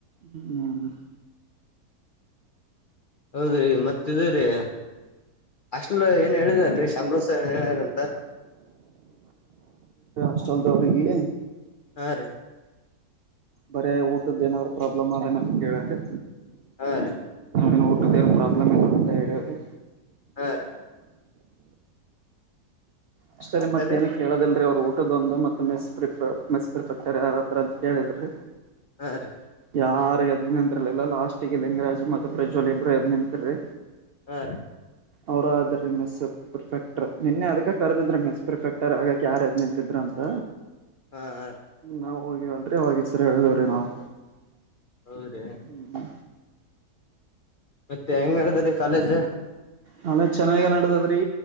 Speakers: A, on the right (about 75°); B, on the left (about 75°).
A: ಹ್ಮ್
B: ಹೌದ್ರೀ ಮತ್ತ್ರೀ ಅಷ್ಟಲ್ ಏನ್ ಹೇಳಿದಲ್ರಿ ಶಂಬರೂಷ ಏನ್ ಹೇಳಾರ ಅಂತ
A: ಹಸ್ಟಲ್ ದ್ರಿಗೆ
B: ಹಾ ರೀ
A: ಬರೇ ಊಟದ್ದ ಏನಾದ್ ಪ್ರಾಬ್ಲಮ್ ಅದ ಏನಾದ ಕೇಳ್ರರಿ
B: ಹಾ ರೀ
A: ನೇ ಊಟದ ಏನು ಪ್ರಾಬ್ಲಮ್ ಇಲ್ಲ ಅಂತ ಹೇಳಿಿ
B: ಹಾ ರೀ
A: ಅಷ್ಟೇ
B: ಮತ್ತ
A: ಮತ್ತೇಏನ
B: ರೀ
A: ಕೇಳದಲ್ರಿ ಅವರು ಊ ದೊಂದು ಮತ್ತು ಮೆಸ್ ಮೆಸ್ ಪ್ರಿಫೆಕ್ಟರ್ ಯಾರರ ಅಂತ ಕೇಳಿದ್ರಿ
B: ಹಾಂ ರೀ
A: ಯಾರು ಎದ್ ನಿಂತರ್ಲಿಲ್ಲ ಲಾಸ್ಟ್ ಗೆ ಲಿಂಗರಾಜ್ ಮತ್ತ ಪ್ರಜ್ವಲ್ ಇಬ್ರು ಎದ್ ನಿಂತೀ
B: ಹಾ ರೀ
A: ಅವರ ಅಾದರಿ ಮೆಸಪ್ ಪರ್ಫೆಕ್ಟರ್ ನಿನ್ನೆ ಅದ್ಕ ಕರೆದಿದ್ರ ಮಿಸ್ ಪರ್ಫೆಕ್ಟರ್ ಆಗಕ ಯಾರದ್ ನಿಂತಿದ್ರು ಅಂತ
B: ಆ
A: ನಾವ್ ಹೋಗಿವ ಅಲ್ರಿ ಅವ ಹ ಹೆಸರಿ ಹೇಳದವ್ರೀ ನಾವು
B: ಹೌದ್ರೀ
A: ಹ್ಮ
B: ಮತ್ತೆ ಹೆಂಗಡದ ರೀ ಕಾಲೇಜ್
A: ಹಳೆ ಚೆನ್ನಾಗ ನಡದದ್ರೀ